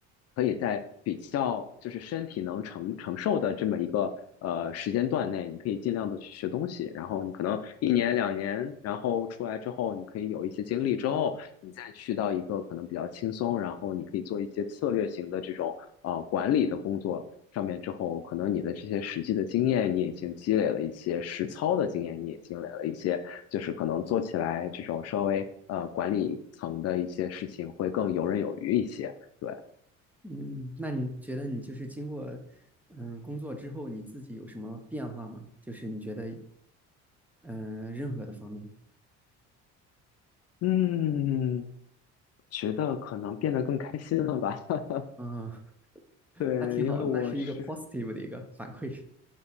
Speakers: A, on the left; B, in the centre.
A: 可以在比较就是身体能承承受的这么一个呃时间段内，你可以尽量的去学东西，然后你可能一年两年，然后出来之后，你可以有一些经历之后，你再去到一个可能比较轻松，然后你可以做一些策略型的这种呃管理的工作。上面之后，可能你的这些实际的经验你已经积累了一些，实操的经验你也积累了一些，就是可能做起来这种稍微呃管理层的一些事情会更游刃有余一些。对，
B: 嗯，那你觉得你就是经过嗯工作之后，你自己有什么变化吗？就是你觉得嗯、呃任何的方面，
A: 嗯，觉得可能变得更开心了吧？<laughs>
B: 嗯，
A: 对，
B: 那挺好，
A: 因为我是。
B: 那是一个 positive 的一个反馈。